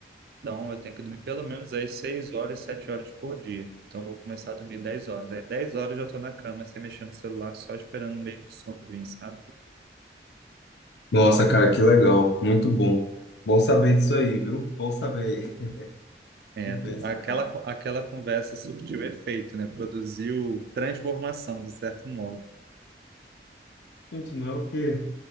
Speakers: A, on the right (about 55°); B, on the left (about 70°).
A: Então eu tenho que dormir pelo menos aí 6 horas, 7 horas por dia. Então eu vou começar a dormir 10 horas. Aí 10 horas eu já estou na cama, sem mexer no celular, só esperando o meio do sono vir, sabe?
B: Nossa, cara, que legal, muito bom. Bom saber disso aí, viu? Bom saber. <laughs>
A: É,
B: Que bênção,
A: tu- aquela,
B: cara.
A: aquela conversa surtiu efeito, né? Produziu transformação, de certo modo.
B: Gente, não é o quê?